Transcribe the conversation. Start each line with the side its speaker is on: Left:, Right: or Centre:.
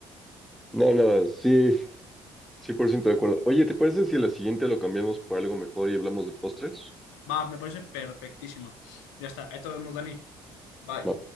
Centre: No, nada, sí, cien por ciento de acuerdo. Oye, ¿te parece si la siguiente lo cambiamos por algo mejor y hablamos de postres?
Left: Va, me parece perfectísimo. Ya está, ahí te vemos, Dani. Bye.
Centre: Va.